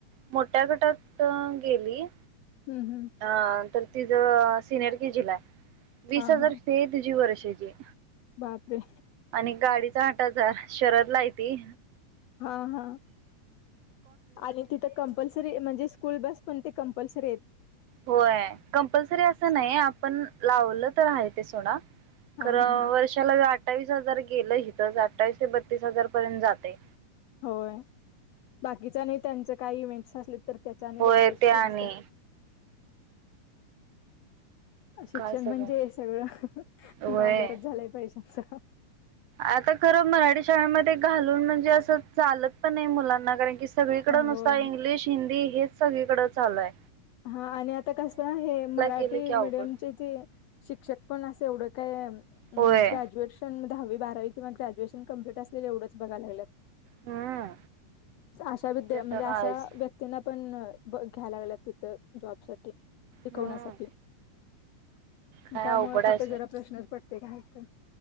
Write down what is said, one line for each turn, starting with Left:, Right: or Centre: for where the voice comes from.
Right: मोठ्या गटात गेली
Left: हम्म हम्म
Right: हा तर तिझं सिनियर कि जिला आहे वीस
Left: हा
Right: हजार
Left: हा
Right: दुजी वर्ष जी
Left: बापरे
Right: आणि गाडीचा आठा आजार शरद ला यती
Left: हा हा आणि तिथं कंपल्सरी म्हणजे स्कूल बस पण ते कंपल् शे
Right: होय कंपल्सरी असं नाही आपण लावल आहे ते सोड खरं
Left: हा हा हा
Right: वर्षाला अठ्ठावीस हजार गेलं हथच अठ्ठावीस ते बत्तीस हजार पर्यंत जाते
Left: होय बाकीच नाही त्यांच काही इव्हेट् असले तर त्याच्या आणि
Right: होय
Left: वेगळच
Right: ते
Left: फी
Right: आणि
Left: असतात शिक्षण
Right: काय सगळं
Left: म्हणजे सगळं
Right: होय.
Left: बाजारात झालंय पैशाच
Right: आता खरं मराठी शाळेमध्ये घालून म्हणजे असं चालत पण नाही मुलांना कारण की सगळीकड नुसतार
Left: होय
Right: इंग्लिश हिंदी हे सगळीकडें झालंय
Left: हा आणि आता कस हे मराठी
Right: गेलं की अवघड
Left: मिीडियमचे जे शिक्षक पण असं एवढं काय
Right: होय
Left: ग्रॅज्युएशन मध्ये हवी बारा कंवा ग्रॅ्युएशन कंप्लीट असले एवंच बघा लागत
Right: हम्म.
Left: अशा विद्या
Right: ते
Left: म्हणजे
Right: तर
Left: अशा
Right: आहेच
Left: व्यक्तींना पण ब घ्यायला लागला तर जॉब साठी शिकवण्यासाठी
Right: हम्म काय
Left: त्यामु
Right: अवघड
Left: तिथं
Right: आहे
Left: जरा प्रश्नच पडत तेत